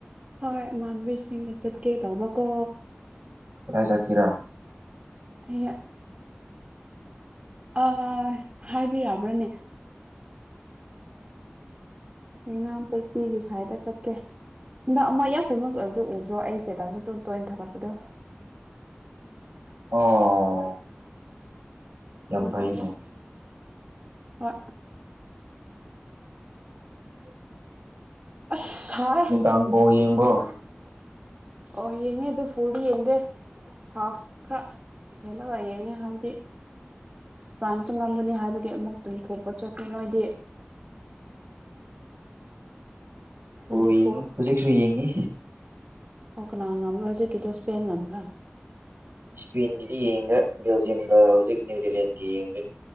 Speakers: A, on the right; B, on the right.
A: ꯍꯣꯏ ꯏꯃꯥꯟꯕꯤꯁꯤꯡꯒ ꯆꯠꯀꯦ ꯇꯧꯕꯀꯣ
B: ꯀꯗꯥꯏ ꯆꯠꯀꯦꯔꯥ
A: ꯑꯌꯥ ꯑꯥ ꯍꯥꯏꯕ ꯌꯥꯕ꯭ꯔꯅꯦ ꯌꯩꯉꯥꯡ ꯄꯣꯛꯄꯤꯒꯤ ꯁꯥꯏꯠꯇ ꯆꯠꯀꯦ ꯍꯟꯗꯛ ꯑꯃ ꯌꯥꯝ ꯐꯦꯃꯁ ꯑꯣꯏꯕꯗꯣ ꯎꯗ꯭ꯔꯣ ꯑꯩ ꯁ꯭ꯇꯦꯇꯁ ꯑꯗꯨꯝ ꯇꯣꯏꯅ ꯊꯥꯃꯛꯄꯗꯣ
B: ꯑꯣ
A: ꯑꯗꯨꯗ
B: ꯌꯥꯝ ꯐꯩꯅꯦ
A: ꯆꯠꯀꯦ ꯍꯣꯏ ꯑꯁ ꯁꯥꯏ
B: ꯅꯨꯡꯗꯥꯡ ꯕꯣꯜ ꯌꯦꯡꯕ꯭ꯔꯣ
A: ꯑꯣ ꯌꯦꯡꯉꯦ ꯑꯗꯣ ꯐꯨꯜꯗꯤ ꯌꯦꯡꯗꯦ ꯍꯥꯐ ꯈ꯭ꯔ ꯍꯦꯜꯂꯒ ꯌꯦꯡꯉꯦ ꯍꯥꯏꯕꯗꯤ ꯐ꯭ꯔꯥꯟꯁꯁꯨ ꯉꯝꯒꯅꯤ ꯍꯥꯏꯕꯒꯤ ꯑꯃꯨꯛ ꯇꯨꯡꯊꯣꯛꯄ ꯆꯠꯈ꯭ꯔꯦ ꯅꯣꯏꯗꯤ
B: <unintelligible>
A: ꯅꯪꯗꯤ ꯐꯨꯜ
B: ꯍꯧꯖꯤꯛꯁꯨ ꯌꯦꯡꯉꯤ
A: ꯑꯣ ꯀꯅꯥ ꯉꯝꯕ꯭ꯔ ꯍꯧꯖꯤꯛꯀꯤꯗꯣ ꯁ꯭ꯄꯦꯟ ꯉꯝꯕ꯭ꯔ
B: ꯁ꯭ꯄꯦꯟꯒꯤꯗꯤ ꯌꯦꯡꯗꯦ ꯕꯦꯜꯖꯤꯌꯝꯒ ꯍꯧꯖꯤꯛ ꯅ꯭ꯌꯨꯖꯤꯂꯦꯟꯒ ꯌꯦꯡꯔꯤ